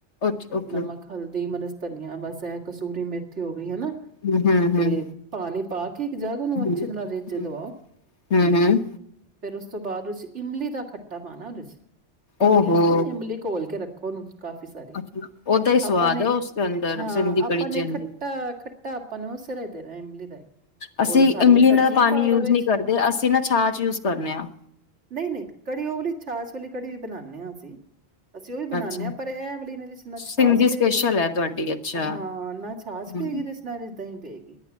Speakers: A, on the left; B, on the right.
A: ਓਕੇ
B: ਤੇ
A: ਓਕੇ
B: ਨਮਕ ਹਲਦੀ ਮਨਸ ਧਨੀਆ ਬਸ ਇਹ ਕਸੂਰੀ ਮੇਥਿਓ ਹਨਾ
A: ਹਮ ਹਮ
B: ਤੇ
A: ਹਮ
B: ਪਾਣੀ ਪਾ ਕੇ ਇੱਕ ਜਗ੍ਹ ਉਹਨੂੰ
A: ਹਮ
B: ਅੱਛੀ ਤਰ੍ਹਾਂ ਰੇਜੇ ਦਵਾਓ
A: ਹਮ ਹਮ
B: ਫੇਿਰ ਉਸ ਤੋਂ ਬਾਅਦਦੇ ਇਮਲੀ ਦਾ ਖੱਟਾ ਪਾਣਾ ਉਹਦੇ ' ਇਮਲੀ
A: ਓਹੋ
B: ਹੁੰਦੀ ਨਾ ਇਮਲੀ ਘੋਲ ਕੇ ਰੱਖ ਕੌਲੂੰ ਕਾਫ਼ੀ ਸਾਰੀ
A: ਅੱਛਾ ਉਹਦਾ ਹੀ ਸਵਾਦ
B: ਆਪਾਂ ਨੇ
A: ਹੈ ਉਸਦੇ ਅੰਦਰ
B: ਹਾਂ
A: ਸਿੰਧੀ
B: ਆਪਾਂ
A: ਕੜੀ
B: ਨੇ
A: ਚ
B: ਖੱਟਾ
A: ਅੰਦਰ
B: ਖੱਟਾ ਆਪਾਂ ਨੇ ਉਸੇ ਦਾ ਹੀ ਦੇਣਾ ਇਮਲੀ ਦਾ ਹੀ
A: ਅਸੀਂ
B: ਰ ਸਾਰੀਆਂ
A: ਇਮਲੀ
B: ਸਬਜ਼ੀਆਂ
A: ਦਾ ਪਾਣੀ
B: ਪਾ ਦੋ
A: ਯੂਜ
B: ਵਿੱਚ
A: ਨਹੀਂ ਕਰਦੇ ਅਸੀਂ ਨਾ ਛਾਛ ਯੂਜ ਕਰਨੇ ਆ
B: ਨਹੀਂ ਨਹੀਂ ਕੜੀ ਉਓਵਲੀ ਛਾਛ ਵਾਲਲੀ ਕ ਅਸੀਂ ਉਹ ਵੀ ਬਨਾਉਂਦੇ
A: ਅੱਛਾ
B: ਹਾਂ ਪਰ ਇਹ ਵਾਲਲੀ ਮੇਰੀ ਸਿ ਚ
A: ਸਿੰਧੀ
B: ਛਾਛ
A: ਸਪੈਸ਼ਲ
B: ਪਏਗੀ
A: ਹੈ ਤੁਹਾਡੀ ਅੱਛਾ
B: ਹਾਂ ਨਾ ਛਾਛ
A: ਹਮ
B: ਪਏਗੀ ਇਹਦੇ ਚ ਨਾ ਰਜਦਾਂ ਹੀ ਪਏਗੀ